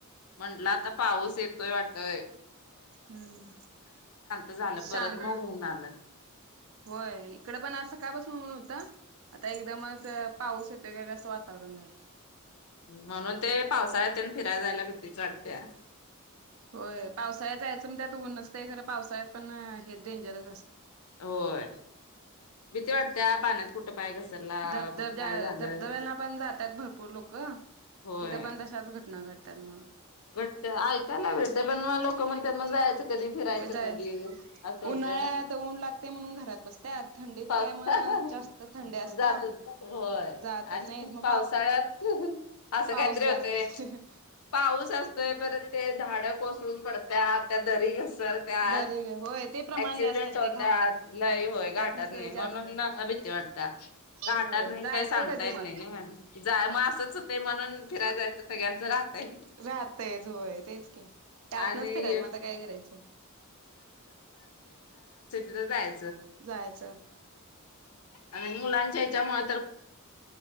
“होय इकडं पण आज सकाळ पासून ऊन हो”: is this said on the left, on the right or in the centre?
Right